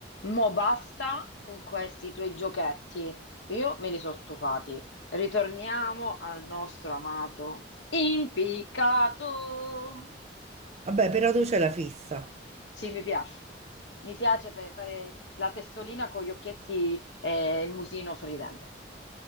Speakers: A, on the left; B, on the right.
A: Mo basta con questi tuoi giochetti. Io me li sono stufati. Ritorniamo al nostro amato impiccato.
B: Vabbè, però tu c'è la fissa.
A: Sì, mi piace. Mi piace per fare la testolina con gli occhietti e il musino sorridente.